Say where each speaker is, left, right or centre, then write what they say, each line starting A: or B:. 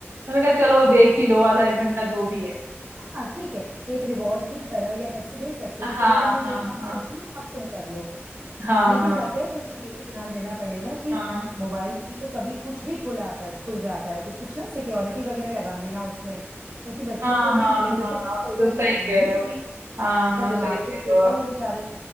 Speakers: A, on the right (about 70°); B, on the right (about 45°).
A: मैंने कहा चलो
B: हाँ
A: देख ही लो आधा एक घंटा जो भी है
B: हाँ ठीक है एक रिवॉर्ड की तरह या वैसे दे सकते
A: हाँ
B: हो कि चलो तुमने ये
A: हाँ
B: काम
A: हाँ
B: कर लिया अब तुम कर लो
A: हाँ
B: लेकिन
A: हाँ
B: पता है तुमको ये भी ध्यान देना पड़ेगा कि
A: हाँ
B: मोबाइल में भी तो कभी कुछ भी खुल आता है खुल जाता है तो कुछ ना सिक्योरिटी वगैरह लगा लेना उसमें क्योंकि बच्चों
A: हाँ
B: को अभी
A: हाँ
B: लिमिटेड
A: हाँ
B: एक्सपोजर
A: आप तो सही
B: ही देना
A: कह
B: है ना
A: रहे हो
B: अभी इनका
A: हाँ हाँ
B: दिमाग
A: सही कह
B: तो छोटा
A: रहे हो आप
B: ही है बेचारे